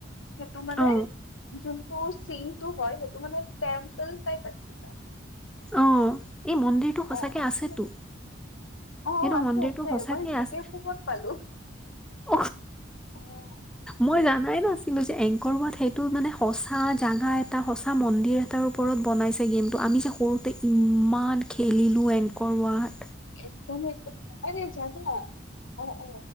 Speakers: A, on the left; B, in the centre.
A: সেইটো মানে
B: অ
A: যোনটো চিনটো হয় সেইটো মানে টেম্পল টাইপ আছিল।
B: অ, এই মন্দিৰটো সঁচাকে
A: অ অ
B: আছেতো।
A: অ,
B: সেইটো
A: আছে-আছে
B: মন্দিৰটো সঁচাকে
A: মই জিকে
B: আছে
A: বুকত পালো।
B: অ
A: অ',
B: মই জানাই নাছিলো যে এংকৰ হোৱাত সেইটো মানে সঁচা জাগা এটা সঁচা মন্দিৰ এটা তাৰ ওপৰত বনাইছে গেমটো আমি যে সৰুতে ইমান খেলিলোঁ এংকৰৱাট।
A: একদমেই এক আ জানা অ, অ,